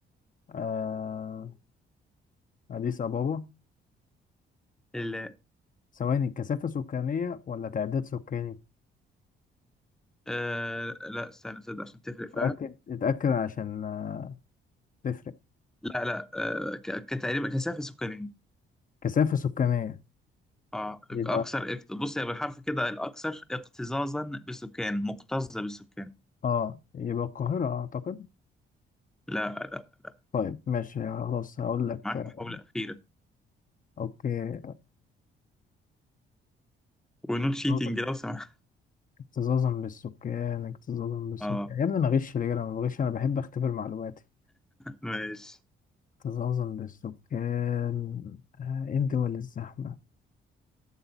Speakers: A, on the left; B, in the centre.
A: آه أديس أبابا
B: ال
A: ثواني كثافة سكانية ولا تعداد سكاني
B: آه لا استنى تصدق عشان تفرق فعلا
A: اتأكد اتأكد عشان آه، تفرق
B: لا لا آه ك- كتقريبا كثافة سكانية
A: كثافة سكانية
B: اه
A: يبقى
B: اكثر اكت... بص هي بالحرف كده الاكثر اكتظاظا بسكان مكتظه بسكان
A: اه يبقى القاهرة أعتقد
B: لا لا
A: طيب ماشي خلاص هقول لك
B: معاك
A: آه،
B: محاوله اخيره
A: أوكي
B: ونوت شيتنج
A: آه،
B: لو سمحت
A: اكتظاظا بالسكان اكتظاظا بالسكان
B: اه
A: يا ابني انا غش ليه انا ما بغش انا بحب اختبر معلوماتي
B: ماشي
A: اكتظاظا بالسكان آه، ايه الدول الزحمة